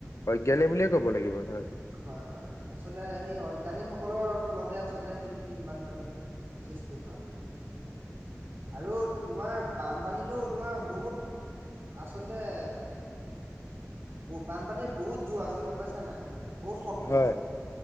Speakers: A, on the left; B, on the right.
A: অজ্ঞানী বুলিয়েই ক'ব লাগিব, হয়।
B: হয় হয়, আচলতে সেই অজ্ঞানীসকলৰ ফলতে আচলতে সেই কৃত্ৰিম বানপানী- সৃষ্টি হয়। আৰু তোমাৰ বানপানীটো তোমাৰ বহুত আচলতে- বানপানীৰ বহুত জোৰ আছে, গম পাইছা নাই? বহুত শক্তি
A: হয়।
B: আছে।